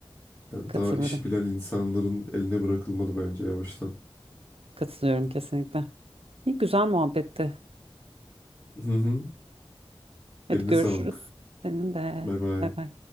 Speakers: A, on the left (about 20°); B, on the right (about 80°).
A: Yani
B: Katılırım.
A: daha işi bilen insanların eline bırakılmalı bence yavaştan.
B: Katılıyorum kesinlikle. İyi güzel muhabbetti.
A: Hı hı.
B: Hadi
A: Eline
B: görüşürüz.
A: sağlık.
B: Senin de.
A: Bay bay.
B: Bay bay.